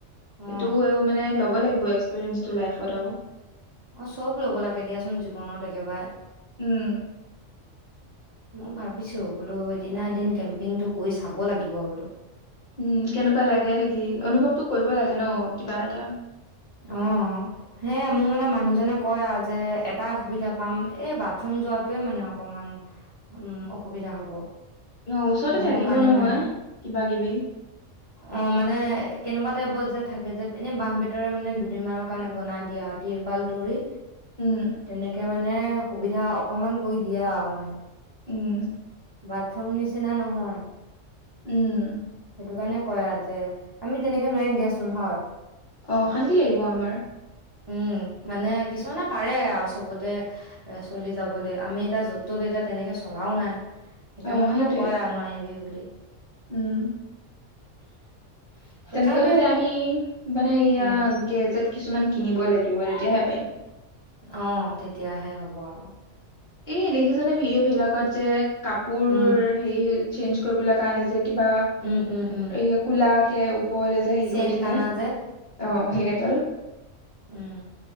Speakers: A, on the right; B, on the left.
A: অ
B: এইটো আৰু মানে ল'ব লাগিব এক্সপিৰিয়েঞ্চটো লাইফত আৰু
A: অঁ চব ল'ব লাগে দিয়াচোন জীৱনত একেবাৰে।
B: উম।
A: মই ভাবিছোঁ বোলো এদিনা এদিন কেম্পিংটো কৰি চাব লাগিব বোলো।
B: উম কেনেকুৱা লাগে থাকি অনুভৱতটো কৰিব লাগে ন কিবা এটা
A: অ। হে মোৰ মানে মানুহজনে কয় আৰু যে এটাই অসুবিধা পাম। এই বাথৰুম যোৱাটোৱে মানে অকমান। উম অসুবিধা হ'ব।
B: অহ ওচৰতে
A: সেইটো
B: থাকিব
A: কাৰণে
B: নহয়
A: মানে
B: কিবা কিবি।
A: অ মানে কেনেকুৱা টাইপৰ যে থাকে যে এনে বাঁহ বেত ৰে মানে দুদিনমানৰ কাৰণে বনাই দিয়া আটিৰ তৃপাল তৰি
B: উম
A: তেনেকে মানে সুবিধা অকমান কৰি দিয়া আ মানে।
B: উম।
A: বাথৰুম নিচিনা নহয়।
B: উম।
A: সেইটো কাৰণে কয় যে আমি তেনেকে নোৱাৰিম দিয়াচোন হয়?
B: অশান্তি লাগিব আমাৰ।
A: উম মানে কিছুমানে পাৰে আৰু চবতে চলি যাবলৈ। আমি এতিয়া য'ত ত'ত এতিয়া তেনেকৈ চলাও নাই। সেইকাৰণে
B: অ
A: মানে
B: সেইটোৱে
A: কয় আৰু নোৱাৰিবি বুলি।
B: উম।
A: <unintelligible> তথাপিও
B: তেনেকোৱা হলে আমি মানে ইয়া
A: উম
B: গেজেট কিছুমান কিনিব লাগিব তেতিয়াহে পাৰিম।
A: অ তেতিয়াহে হ'ব আৰু
B: এই দেখিছানে ভিডিঅ' বিলাকত যে কাপোৰ
A: উম,
B: হেৰি চেঞ্জ কৰিবলৈ কাৰণে যে কিবা
A: উম, উম, উম।
B: এই কোলাকে ওপৰলে যে হেৰি
A: চেন
B: কৰি থাকে
A: টানা যে
B: আহ সেই এডাল
A: উম,